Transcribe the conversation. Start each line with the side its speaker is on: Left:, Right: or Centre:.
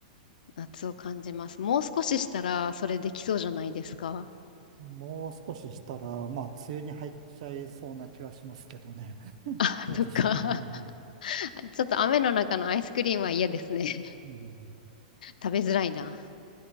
Left: 夏を感じます。もう少ししたら、それできそうじゃないですか。
Right: もう少ししたら、まあ、梅雨に入っちゃいそうな気はしますけどね。<laughs>
Left: あ、
Right: どうでしょうかね。
Left: とか、<laughs> ちょっと雨の中のアイスクリームは嫌ですね。<laughs>
Right: うん。
Left: 食べづらいな。